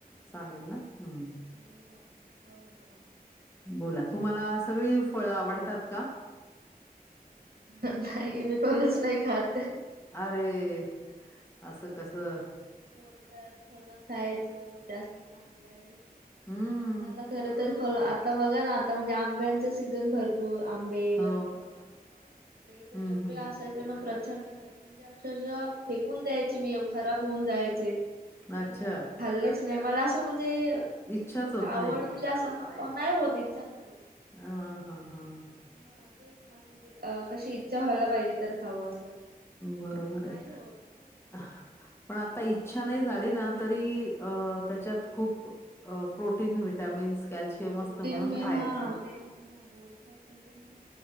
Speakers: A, on the left; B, on the right.
A: चालेल ना? हम्म.
B: बोलूयात ना हो हो
A: बोला, तुम्हाला सगळी फळं आवडतात का?
B: नाही, मी फळचं नाही खात.
A: अरे, असं कसं?
B: परत फळं खायचं जास्त चांगलंय.
A: हम्म
B: परत मला खर तर फळं आता बघा ना, आता म्हणजे आंब्यांचं सीझन भरपू पूर आंबे
A: हो
B: परत फणस. ते तर
A: हम्म
B: एवढे
A: हम्म
B: असायचे ना, प्रचंड घरात म्हणजे अक्षरशः फेकून द्यायची मी येवढी, खराब होऊन जायचे.
A: अच्छा
B: पण मी कधी खाल्लेच नाही मला असं म्हणजे, एकदम
A: इच्छाच
B: असं
A: होत
B: आवड
A: नाही
B: म्हणजे, असं नाही होत इच्छा नाही होत.
A: ह हां हां.
B: ह तेच ना असं म्हणजे, अ- कशी इच्छा व्हायला पाहिजे तर खावं असं.
A: बरोबर
B: नाही
A: आहे.
B: होत
A: पण आता
B: वगैरे
A: इच्छा नाही झाली ना तरी, अ- त्याच्यात खूप प्रोटीन व्हिटॅमिन्स. कॅल्शियम
B: प्रोटीन
A: असतं म्हणून
B: मी
A: खायचं.
B: हा तेच ना बोलतात पण ते, कस